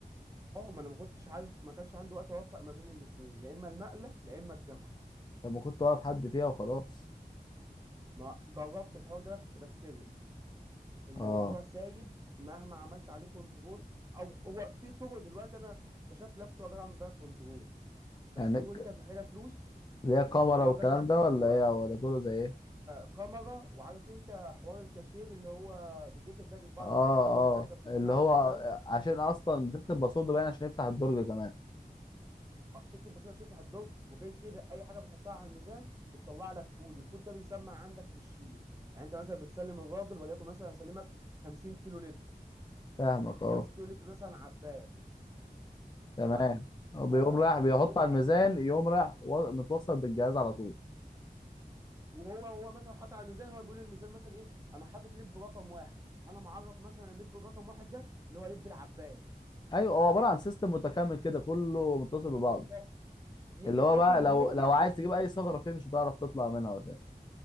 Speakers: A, on the right (about 20°); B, on the left (about 30°).
A: اه ما انا ما كنتش عارف ما كانش عندي وقت اوفق ما بين الاثنين لا اما المقله لا اما الجامعه
B: طب ما كنت واقف حد فيها وخلاص
A: ما جربت الحوار ده كنت بتسرق الموضوع
B: اه
A: سايب مهما عملت عليه كنترول او هو في طرق دلوقتي انا اكتشفت لابتوب اقدر اعمل بيها كنترول بس
B: يعني
A: الطرق
B: ك-
A: دي كانت محتاجه فلوس
B: ليها كاميرا
A: وانا
B: والكلام
A: ما كانش معايا
B: ده
A: فلوس
B: ولا
A: دي دلوقتي
B: ايه ولا طوله زي ايه
A: آه كاميرا وعارف انت حوار الكاشير اللي هو بتيكت ده بيطبع
B: اه
A: لك تيكت على كل حاجه انت
B: اه
A: بتوزنها
B: اللي
A: على
B: هو
A: الميزان
B: عشان اصلا بزيادة الباسورد باين عشان يفتح الدرج كمان
A: آه، تكتب بسيطه تفتح الدرج وغير كده اي حاجه بتحطها على الميزان بتطلع لك كود الكود ده بيسمع عندك في الشيت يعني انت مثلا بتسلم الراجل وليكن مثلا مسلمك 50 كيلو لب
B: فاهمك اه
A: 50 كيلو لب مثلا عباد
B: تمام
A: تمام
B: آه، بيقوم
A: آه
B: رايح بيحط
A: هو
B: على الميزان يقوم رايح و- متوصل بالجهاز على طول
A: وهو هو مثلا حاطط على الميزان هو بيقول للميزان مثلا ايه انا حاطط لب رقم واحد انا معرف مثلا اللب رقم واحد ده اللي هو لب العباد
B: ايوه هو عباره عن سيستم متكامل كده كله متصل ببعضه
A: بالظبط يجي
B: اللي هو
A: في اخر
B: بقى
A: اليوم
B: لو لو عايز
A: ي...
B: تجيب اي ثغره فيه مش هتعرف تطلع منها اساسا